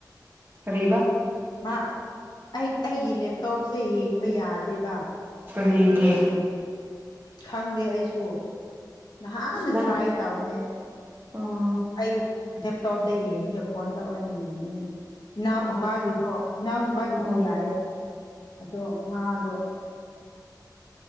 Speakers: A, on the right (about 25°); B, on the left (about 75°).
A: ꯀꯔꯤꯕꯥ꯫
B: ꯃꯥ ꯑꯩ ꯑꯩꯒꯤ ꯂꯦꯞꯇꯣꯞꯁꯦ ꯌꯦꯡ꯫ <unintelligible> ꯌꯥꯗꯦꯕ꯫
A: ꯀꯔꯤꯒꯤ꯫
B: ꯈꯥꯡꯗꯦ ꯑꯩꯁꯨ꯫ <inaudible> ꯅꯍꯥꯟꯅ
A: ꯅꯪ
B: ꯇ꯭ꯔꯥꯏ ꯇꯕꯅꯦ
A: ꯑꯣ
B: ꯑꯩ꯫ ꯂꯦꯞꯇꯣꯞꯗ ꯌꯦꯡꯗꯦ ꯐꯣꯟꯗ ꯌꯦꯡꯕꯅꯦ꯫ ꯏꯅꯥꯎꯅꯨꯄꯥꯒꯤꯗꯣ
A: ꯑꯣ
B: ꯏꯅꯥꯎꯅꯄꯥꯒꯤꯗꯤ
A: ꯑ
B: ꯌꯥꯏꯌꯦ ꯑꯗꯣ ꯃꯥꯗꯣ꯫